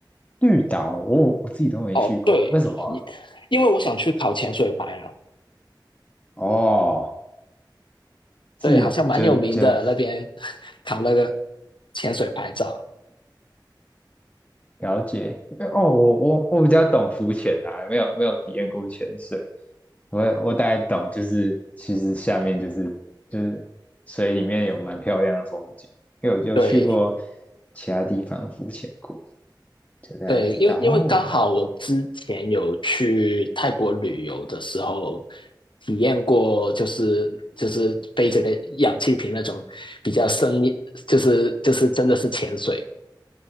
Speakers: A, on the left (about 15°); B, on the left (about 80°).
A: 绿岛，我我自己都没去过诶，
B: 哦，对，
A: 为什么啊
B: 因因为我想去考潜水牌啊，
A: 哦，
B: 对，
A: 是就就
B: 好像蛮有名的那边 <laughs> 考那个潜水牌照，
A: 了解。哦，我我我比较懂浮潜啊，没有没有体验过潜水，我我大概懂，就是其实下面就是就是水里面有蛮漂亮的风景，因为我就去过
B: 对。
A: 其他地方浮潜过，就大概知道哦，
B: 对，因为因为刚好我之前有去泰国旅游的时候，体验过就是就是背这个氧气瓶那种比较深，就是就是真的是潜水，